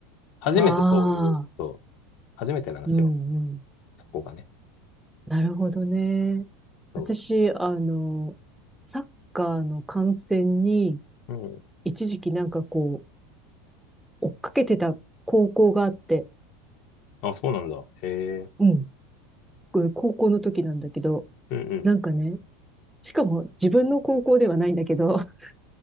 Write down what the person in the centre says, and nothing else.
ああ、
うん、うん。
なるほどね。
私、あの、サッカーの観戦に、
一時期なんかこう、追っかけてた高校があって、
うん、これ高校の時なんだけど、
なんかね、しかも自分の高校ではないんだけど、<laughs>